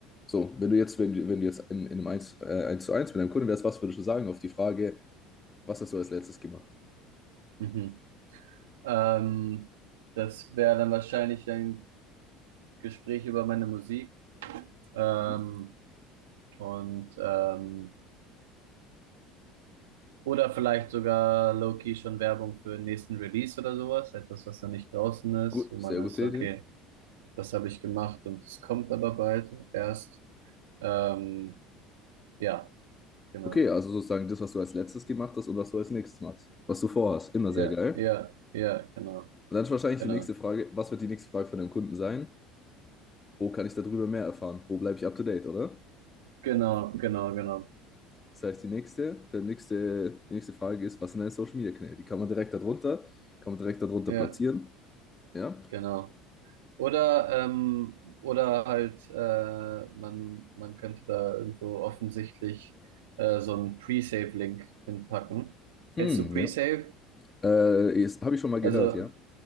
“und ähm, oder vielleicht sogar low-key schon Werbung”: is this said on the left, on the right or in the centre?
Right